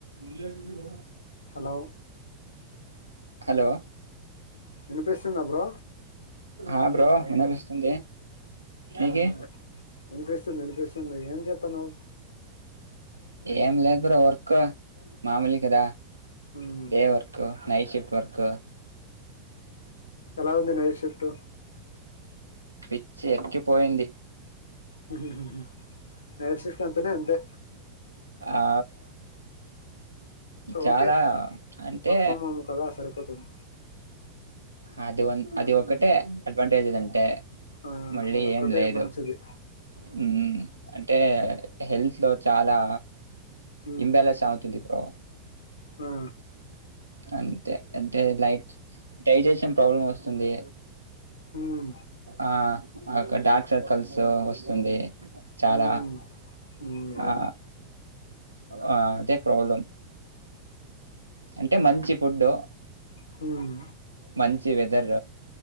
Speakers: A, on the right; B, on the left.
A: ఇ ఆఫీస్కి పోనా
B: లో
A: హలో
B: వినిపిస్తుందా బ్రో
A: ఆ బ్రో ఏనాపిస్తుందే
B: ఆ
A: ఓకే
B: వినిపిస్తుంది వినిపిస్తుంది ఏం చేత్తన్నావ్
A: ఏం లేదు బ్రో వర్క్ మామోలే కదా
B: మ్
A: డే వర్క్ నైట్షిఫ్ట్ వర్క్
B: ఎలా ఉంది నైట్ షిఫ్ట్
A: పిచ్చి ఎక్కిపోయింది
B: హ్మ్ హ్మ్ నైట్ షిఫ్ట్ అంతనే అంతే
A: ఆ చాలా
B: ఓకే
A: అంటే
B: వర్క్ ఫ్రమ్ హోమ్ కదా సరిపోతుంది
A: ఆదివాన్ అది ఒకటే అడ్వాంటేజ్ అంటే
B: ఆ
A: మళ్ళీ
B: అదొక్కటే
A: ఏం లేదు
B: మంచిది
A: హ్మ్ అంటే హెల్త్లో చాలా
B: మ్
A: ఇబ్యాలెన్స్ అవుతుంది బ్రో
B: ఆ
A: అంతే అంటే లైట్ డైజెషన్ ప్రాబ్లంమే వస్తుంది
B: మ్
A: ఆ అక్కడ డార్క్ సర్కిల్స్ వస్తుంది చాలా
B: మ్ మ్ అవును
A: ఆ ఆ అదే ప్రాబ్లం అంటే మంచి ఫుడ్
B: హ్మ్
A: మంచి వెథెర్